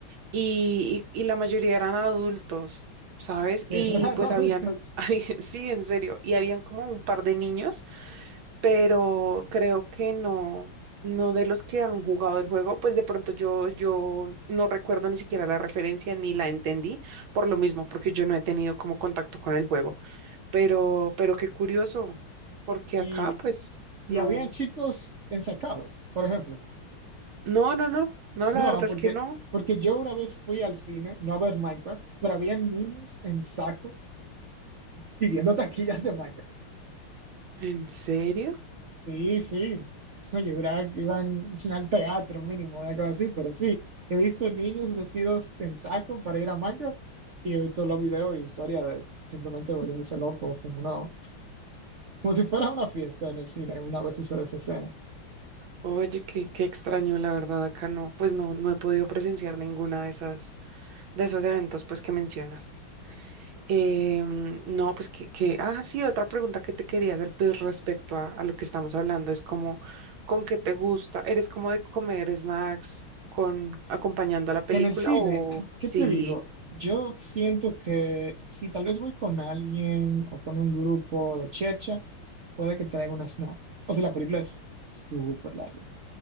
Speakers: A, on the right; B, on the right.
A: y, y, y la mayoría eran adultos, ¿sabes?
B: <laughs> Es
A: Y
B: raro,
A: pues
B: adultos.
A: habían, <laughs> había- sí, en serio, y habían como un par de niños pero creo que no, no de los que han jugado el juego, pues de pronto yo, yo no recuerdo ni siquiera la referencia ni la entendí por lo mismo, porque yo no he tenido como contacto con el juego, pero, pero qué curioso, porque
B: Y,
A: acá pues
B: y
A: no,
B: habían chicos ensacados, por ejemplo.
A: no, no, no, no,
B: No,
A: la verdad
B: porque,
A: es que no,
B: porque yo una vez fui al cine, no a ver Minecraft, pero habían niños en saco pidiendo taquillas de Minecraft.
A: ¿en serio?
B: Sí, sí. No, yo juraba que iban al teatro mínimo, una cosa así, pero sí. He visto niños vestidos en saco para ir a Minecraft y he visto los videos y historias de simplemente volviéndose loco como una, Como si fuera una fiesta en el cine, una vez sucede esa escena.
A: Oye, qué, qué extraño, la verdad, acá no, pues no, no he podido presenciar ninguna de esas, de esos eventos pues que mencionas. Em, no, pues que, que, ah, sí, otra pregunta que te quería hacer, pues respecto a, a lo que estamos hablando, es como, ¿con qué te gusta? ¿Eres como de comer snacks con acompañando a la película
B: En el cine,
A: o
B: <clears throat> ¿qué
A: sí?
B: te digo? Yo siento que si tal vez voy con alguien o con un grupo de chercha, puede que traiga una snack. O sea, la película es súper larga.